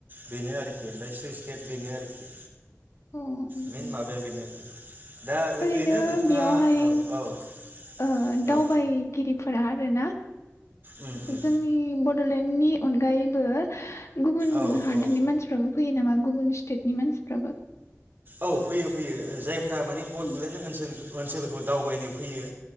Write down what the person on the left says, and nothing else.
अ उम्म उम्म
ओरैनो
बेयावहाय
ओ
दावबायगिरिफोरा रोना
जोंनि बद ड'लेण्डनि अनगायैबो गुबुन
हादरनि
मानसिफ्राबो फैयो नामा? गुबुन स्टेटनि मानसिफ्राबो
उम